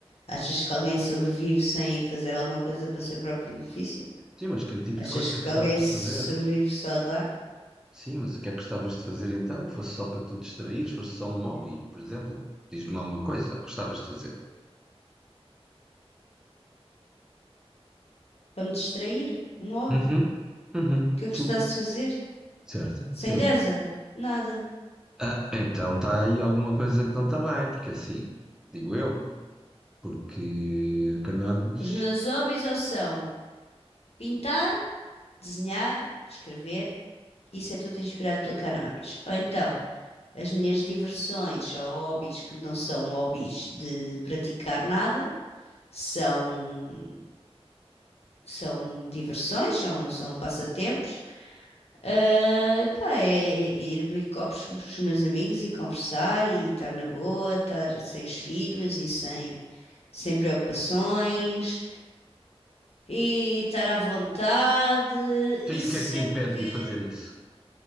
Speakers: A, on the left (about 75°); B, in the centre.
A: Achas que alguém sobrevive sem fazer alguma coisa para o seu próprio benefício?
B: Sim, mas que tipo
A: Achas
B: de coisa
A: que
B: gostavas
A: alguém sobrevive
B: de fazer?
A: só a dar?
B: Sim, mas o que é que gostavas de fazer então? Fosse só para tu distraíres? Fosse só um hobby, por exemplo? Diz-me lá uma coisa que gostavas de fazer.
A: para me distrair, um hobby
B: Uhum, uhum,
A: que eu
B: sim.
A: gostasse de fazer.
B: Certo,
A: Sem
B: sim.
A: gaza, nada.
B: Ah, então está aí alguma coisa que não está bem, porque assim, digo eu, porque acabamos.
A: Os meus hobbies ou são pintar, desenhar, escrever, isso é tudo inspirado pela cannabis. Ou então, as minhas diversões ou hobbies que não são hobbies de praticar nada, são, são diversões, são, são passatempos. Ah, pá, é ir beber copos com os meus amigos e conversar e estar na boa, estar sem os filhos e sem sem preocupações e estar à vontade.
B: Então,
A: Isso
B: e o que é que te
A: é
B: impede
A: que,
B: de fazer isso?